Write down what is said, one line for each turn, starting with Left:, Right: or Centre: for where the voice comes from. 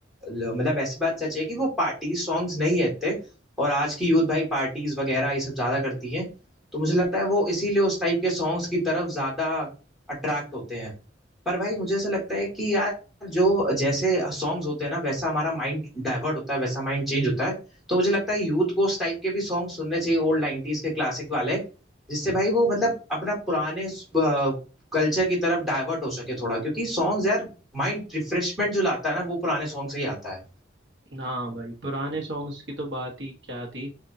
Centre: ल- मतलब ऐसी बात सच है कि वो पार्टी सॉन्ग्स नहीं है इतने और आज की यूथ भाई पार्टीज वगैरह ये सब ज़्यादा करती हैं तो मुझे लगता है वो इसीलिए उस टाइप के सॉन्ग्स की तरफ ज़्यादा अट्रैक्ट होते हैं पर भाई मुझे ऐसा लगता है कि यार जो जैसे सॉन्ग्स होते हैं ना वैसा हमारा माइंड डाइवर्ट होता है वैसा माइंड चेंज होता है तो मुझे लगता है यूथ को उस टाइप के भी सॉन्ग सुनने चाहिए ओल्ड 90s के क्लासिक वाले जिससे भाई वो मतलब अपना पुराने कल्चर की तरफ डाइवर्ट हो सके थोड़ा क्योंकि सॉन्ग्स यार माइंड रिफ्रेशमेंट जो लाता है ना वो पुराने सॉन्ग से ही आता है
Right: हाँ भाई पुराने सॉन्ग्स की तो बात ही क्या थी